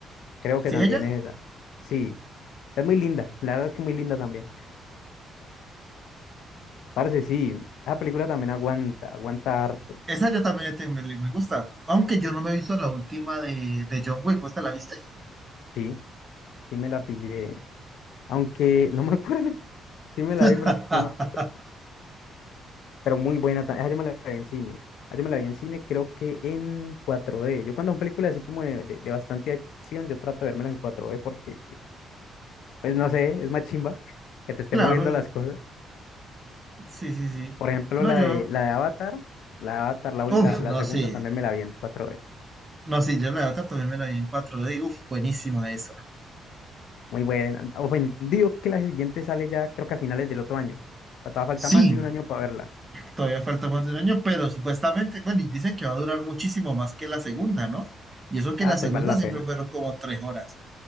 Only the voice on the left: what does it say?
creo que
también
es esa. Sí, es muy linda, la verdad es que muy linda también. Parece, sí, la película también aguanta, aguanta harto.
Sí, sí me la pillé, aunque no me acuerdo, <laughs> sí me
la vi, pero no me acuerdo. pero muy buena. ta- Esa yo me la vi en cine. Esa yo me la vi en cine, creo que en cuatro d Yo cuando son películas así como de, de- de bastante acción, yo trato de vérmelas en cuatro d porque, pues no sé, es más chimba que te esté
moviendo las cosas.
Por ejemplo,
la
de, la de Avatar, la de Avatar, la, ul-
la- la
segunda
también me la vi en cuatro d
Muy buena. Ofendido que la siguiente sale ya, creo que a finales del otro año. O sea, todavía falta
más de un año para verla.
Ah,
pues vale la
pena.